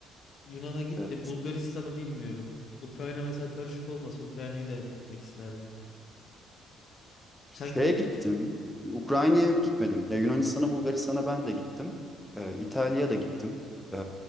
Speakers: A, on the left; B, in the centre.
A: Yunan'a gittim,
B: evet.
A: Bulgaristan'ı bilmiyorum. Ukrayna mesela karışık olmasa Ukrayna'yı da hep gitmek isterdim.
B: Şeye
A: Sen gittin
B: gittim.
A: mi hiç?
B: Ukrayna'ya gitmedim. Ya Yunanistan'a, Bulgaristan'a ben de gittim. Ee, İtalya'ya da gittim. Ee,